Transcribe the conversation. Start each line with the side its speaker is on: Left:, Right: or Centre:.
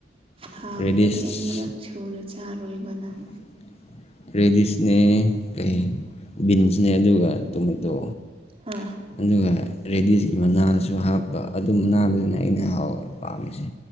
Right: ꯍꯥꯎꯅꯣꯇ꯭ꯔꯗꯤ
Left: ꯔꯦꯗꯤꯁ
Right: ꯑꯅꯤꯔꯛ ꯁꯨꯅ ꯆꯥꯔꯣꯏꯕ ꯅꯪ
Left: <inaudible> ꯔꯦꯗꯤꯁꯅꯦ ꯀꯩ ꯕꯤꯟꯁꯅꯦ ꯑꯗꯨꯒ ꯇꯣꯃꯦꯇꯣ
Right: ꯍꯥ
Left: ꯑꯗꯨꯒ ꯔꯦꯗꯤꯁꯀꯤ ꯃꯅꯥꯁꯨ ꯍꯥꯞꯄ ꯑꯗꯨ ꯃꯅꯥꯕꯁꯤꯅ ꯑꯩꯅ ꯍꯥꯎꯋꯦ ꯄꯥꯝꯃꯤꯁꯦ